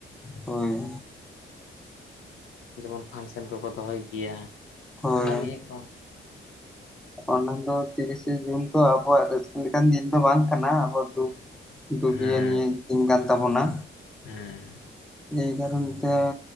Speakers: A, in the centre; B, on the left.
A: ᱦᱳᱭ
B: ᱡᱮᱢᱚᱱ ᱯᱷᱟᱱᱥᱮᱱ ᱠᱚᱠᱚ ᱫᱚᱦᱚᱭ ᱜᱮᱭᱟ
A: ᱦᱳᱭ
B: ᱦᱟᱱᱟ ᱱᱤᱭᱟᱹ ᱠᱚ
A: ᱚᱱᱟ ᱫᱚ ᱛᱤᱨᱤᱥᱮ ᱡᱩᱱ ᱛᱚ ᱟᱵᱚᱣᱟᱜ ᱨᱟᱹᱥᱠᱟᱹ ᱞᱮᱠᱟᱱ ᱫᱤᱱ ᱫᱚ ᱵᱟᱝ ᱠᱟᱱᱟ ᱟᱵᱚᱣᱟᱜ ᱫᱩᱠᱷ ᱫᱟᱹᱵᱤᱭᱟᱹ
B: ᱦᱮᱸ
A: ᱱᱤᱭᱮ ᱫᱤᱱ ᱠᱟᱱ ᱛᱟᱵᱚᱱᱟ᱾
B: ᱦᱮᱸ
A: ᱮᱭ ᱠᱟᱨᱚᱱ ᱛᱮ